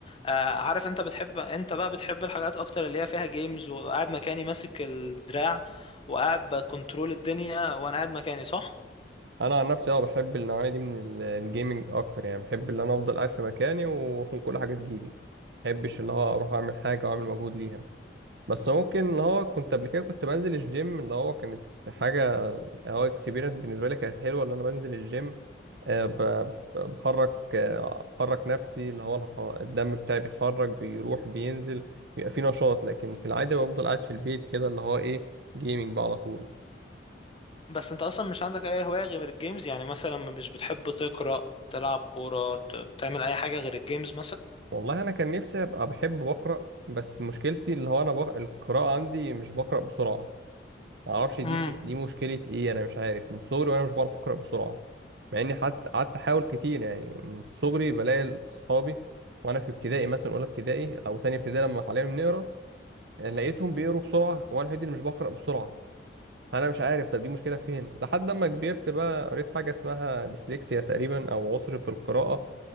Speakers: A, on the left; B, on the right.
A: آه عارف انت بتحب انت بقى بتحب الحاجات اكتر اللي هي فيها جيمز وقاعد مكاني ماسك الدراع وقاعد بكنترول الدنيا وانا قاعد مكاني صح
B: انا عن نفسي اه بحب النوعية دي من ال- الجيمنج اكتر يعني بحب ان انا افضل قاعد في مكاني وكل حاجة تجيلي ما بحبش اللي هو اروح اعمل حاجة واعمل مجهود ليها بس ممكن اللي هو كنت قبل كده كنت بنزل الجيم اللي هو كانت حاجة يعني هو اكسبيرينس بالنسبة لي كانت حلوة اللي أنا بنزل الجيم آه، ب- ب- بحرك آه، بحرك نفسي اللي هو الخ- الدم بتاعي بيتحرك بيروح بينزل بيبقى في نشاط لكن في العادة بفضل قاعد في البيت كده اللي هو إيه جيمنج بقى على طول
A: بس انت اصلا مش عندك اي هواية غير الجيمز يعني مثلا مش بتحب تقرأ تلعب كورة ت- تعمل اي حاجة غير الجيمز
B: والله أنا كان نفسي أبقى بحب بقرأ بس مشكلتي اللي هو أنا بق... القراءة عندي مش بقرأ بسرعة معرفش
A: مثلا
B: دي بتبقى- دي مشكلة ايه انا مش عارف من صغري وانا مش بعرف اقرأ بسرعة مع اني حتى قعدت احاول كتير يعني من صغري بلاقي اصحابي وانا في ابتدائي مثلا اولى ابتدائي او تانية ابتدائي لما اتعلمنا نقرا لقيتهم بيقروا بسرعة وانا الوحيد اللي مش بقرأ بسرعة انا مش عارف طب دي مشكلة فين لحد اما كبرت بقى قريت حاجة اسمها ديسلكسيا تقريبا او عسر في القراءة